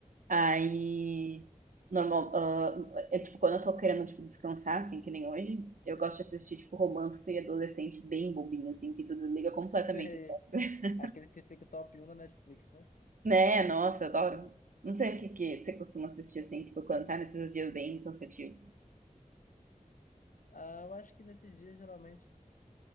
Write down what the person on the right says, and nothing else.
Aí, normal, ah, eu, tipo, quando eu tô querendo, tipo, descansar, assim, que nem hoje, eu gosto de assistir, tipo, romance adolescente bem bobinho, assim, que tu desliga
completamente
o cérebro. <laughs>
Né? Nossa, eu adoro. Não sei o que que você costuma assistir, assim, tipo, quando tá nesses dias bem cansativos.